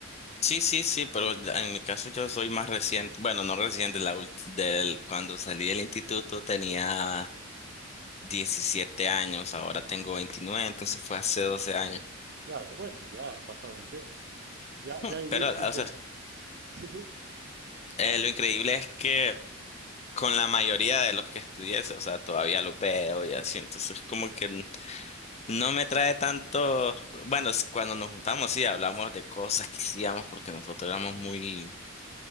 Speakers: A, on the left; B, on the right.
A: sí, sí, sí, pero en mi caso yo soy más reciente, bueno, no reciente, la ult- del, cuando salí del instituto tenía 17 años, ahora tengo 29 entonces fue hace 12 años.
B: Claro, bueno, ya ha pasado un tiempo. Ya,
A: Hmm,
B: ya hay whiskies
A: Pero, o
B: de...
A: sea,
B: Sí, sí.
A: eh, lo increíble es que con la mayoría de los que estudié, o sea, todavía los veo y así, entonces como que n- no me trae tanto, bueno, es cuando nos juntamos sí hablamos de cosas que hacíamos porque nosotros éramos muy...